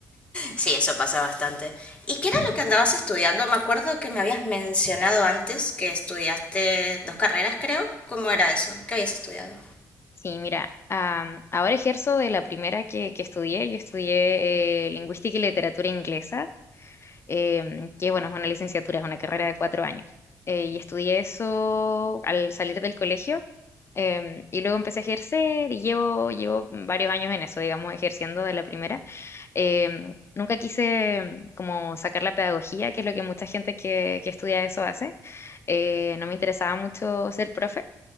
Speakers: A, on the left; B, on the left.
A: Sí, eso pasa bastante. ¿Y
B: <laughs>
A: qué era
B: Ujú.
A: lo que andabas estudiando? Me acuerdo que me habías mencionado antes que estudiaste dos carreras, creo. ¿Cómo era eso? ¿Qué habías estudiado?
B: Sí, mira, am, ahora ejerzo de la primera que, que estudié. Yo estudié eh, lingüística y literatura inglesa em, que bueno, es una licenciatura, es una carrera de cuatro años. Eh, y estudié eso al salir del colegio em, y luego empecé a ejercer y llevo, llevo varios años en eso, digamos, ejerciendo de la primera. Em, nunca quise em, como sacar la pedagogía, que es lo que mucha gente que, que estudia eso hace. Eh, no me interesaba mucho ser profe.